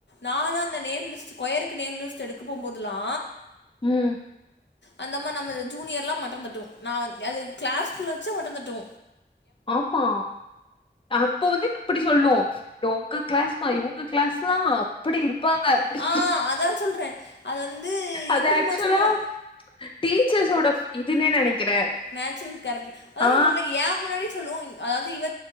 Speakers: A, on the left (about 85°); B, on the left (about 30°).
A: நாலா அந்த நேம் லிஸ்ட்டு பேருக்கு நேம் லிஸ்ட்டு எடுக்க போம்போதுலா
B: ம்
A: அந்த அம்மா நம்ம ஜூனியர்லா மட்டோதட்டு நா வந் அது கிளாஸ்க்குள்ள வெச்ச மட்டந்தட்டு
B: ஆமா அப்ப வந்து இப்படி சொல்லு உங்க கிளாஸ்மா இவுங்க கிளாஸ் தா எப்படி இருப்பாங்க அப்படி
A: ஆ அதா சொல்றே அது வந்து
B: அது
A: எப்டி தெரியுமா
B: ஆக்சுவலா
A: சொல்லு
B: டீச்சஸோட இதுன்னே நெனைக்கிறே
A: நேச்சுரல் கேரக்டர் அத
B: ஆ
A: சொல்றன ஏ முன்னாடி சொல்லு அதாவது இவ